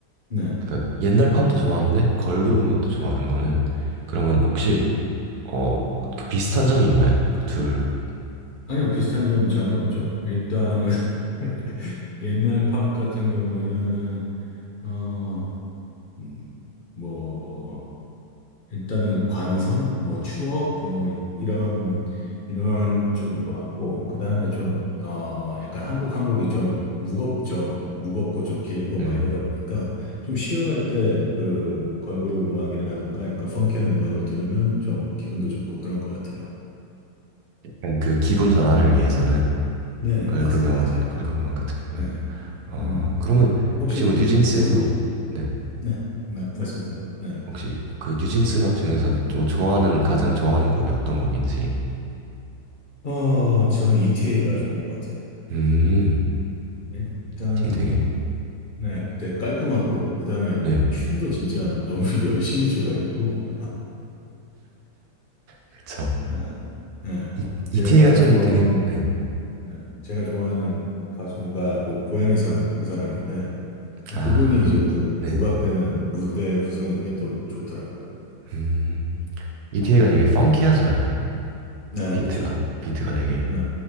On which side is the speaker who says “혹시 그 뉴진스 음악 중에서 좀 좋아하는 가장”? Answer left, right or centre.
Right